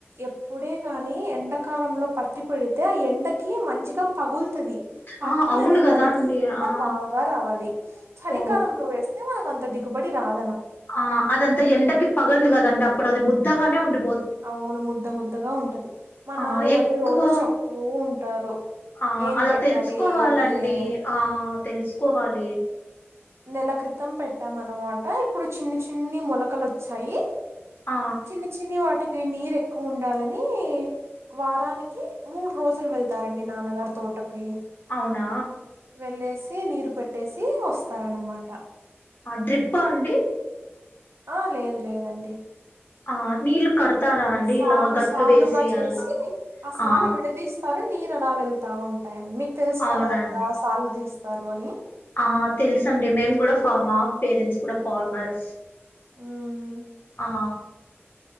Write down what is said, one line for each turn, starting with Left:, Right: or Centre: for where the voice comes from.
Right: ఎప్పుడే గాని, ఎండాకాలంలో పత్తి పెడితే ఆ ఎండకి మంచిగా పగుల్తది. పత్తి
Left: ఆ అవును
Right: అనే
Left: కదా
Right: దానికి
Left: అండి
Right: ఎండ
Left: ఆ
Right: బాగా రావాలి. చలికాలంలో
Left: ఓ
Right: వేస్తే మనక్ అన్త్. తా దిగుబడి రాద్.
Left: ఆ అదంతా ఎండకి పగల్ద్ కదండీ అది ముద్దగానే ఉండి
Right: అవును ముద్ద ముద్దగా ఉంటది మా
Left: ఆ
Right: నాన్న ఇవన్నీ
Left: ఎక్కువ
Right: రోజు చెప్తూ ఉంటారు
Left: ఆ
Right: ఏం
Left: అలా
Right: పెట్టాలి
Left: తెలుసుకోవాలండి
Right: ఏమి అని
Left: ఆ తెలుసుకోవాలి
Right: నెల క్రితం పెట్టాం అన్నమాట ఇప్పుడు చిన్ని చిన్ని మొలకలొచ్చాయి
Left: ఆ
Right: చిన్ని చిన్ని వాటికి ఇ నీరు ఎక్కువ ఉండాలని వారానికి మూడు రోజులు వెళ్తారండి నాన్నగారి తోటకి
Left: అవునా
Right: వెళ్ళేసి నీరు పెట్టేసి వస్తారన్నమాట
Left: ఆ డ్రిప్ప అండి
Right: ఆ లేదు లేదండి
Left: ఆ నీళ్లు కడతారా అండి
Right: సార్లు
Left: ఇలా గట్లు
Right: సార్లుగా
Left: వేసి
Right: చేసి
Left: అలా
Right: సార్లు
Left: ఆ
Right: విడదీస్తారు నీరు అలా వెళ్తా ఉంటాయని మీ తెలుసు
Left: అవునండి
Right: కదా ఇలా సాలు తీస్త సర్వాణి
Left: ఆ తెలుసండి మేం కూడా ఫామా పేరెంట్స్ కూడా ఫన్మర్స్
Right: మ్మ్.
Left: ఆ